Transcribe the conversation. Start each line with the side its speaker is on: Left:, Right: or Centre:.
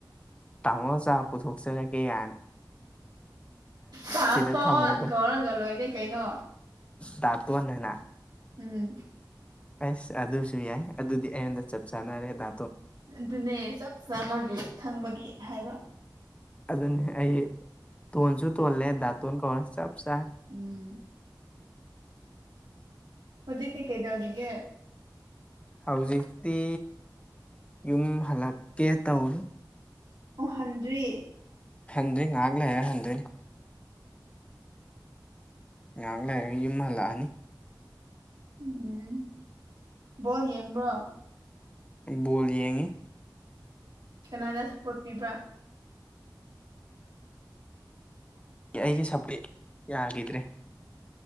Left: ꯇꯥꯃꯣ ꯆꯥ ꯄꯨꯊꯣꯛꯆꯔꯀꯦ ꯀꯥꯏꯅ
Right: ꯗꯥꯇꯣꯟ
Left: ꯊꯝꯃꯣꯒ
Right: ꯀꯧꯔꯒ ꯂꯣꯏꯔꯦ ꯀꯩꯅꯣ
Left: ꯗꯥ ꯇꯣꯟ ꯍꯥꯏꯅ
Right: ꯎꯝ
Left: ꯑꯁ ꯑꯗꯨꯁꯨ ꯌꯥꯏ ꯑꯗꯨꯗꯤ ꯑꯩꯉꯣꯟꯗ ꯆꯞ ꯆꯥꯅꯔꯦ ꯗꯥ
Right: ꯑꯗꯨꯅꯦ ꯆꯞ ꯆꯥꯟꯅꯒꯤ ꯈꯪꯕꯒꯤ ꯍꯥꯏꯕ
Left: ꯑꯗꯨꯅꯤ ꯑꯩ ꯇꯣꯟꯁꯨ ꯇꯣꯜꯂꯦ ꯗꯥꯇꯣꯟ ꯀꯧꯔ ꯆꯞ ꯆꯥꯔꯦ
Right: ꯎꯝ ꯍꯧꯖꯤꯛꯇꯤ ꯀꯩꯗꯧꯔꯤꯒꯦ
Left: ꯍꯧꯖꯤꯛꯇꯤ ꯌꯨꯝ ꯍꯜꯂꯛꯀꯦ ꯇꯧꯔꯤ
Right: ꯑꯣ ꯍꯟꯗ꯭ꯔꯤ
Left: ꯍꯟꯗꯔꯤ ꯉꯥꯏꯍꯥꯛ ꯂꯩꯔꯒꯥ ꯍꯟꯗꯣꯏꯅꯤ ꯉꯥꯏꯍꯥꯛ ꯂꯩꯔꯒ ꯌꯨꯝ ꯍꯜꯂꯛꯑꯅꯤ
Right: ꯎꯝ ꯕꯣꯜ ꯌꯦꯡꯕ꯭ꯔꯣ
Left: ꯕꯣꯜ ꯌꯦꯡꯉꯤ
Right: ꯀꯅꯥꯗ ꯁꯞꯄꯣꯔꯠ ꯄꯤꯕ꯭ꯔꯥ
Left: ꯑꯩꯒꯤ ꯁꯄꯔꯤ ꯌꯥꯒꯤꯗ꯭ꯔꯦ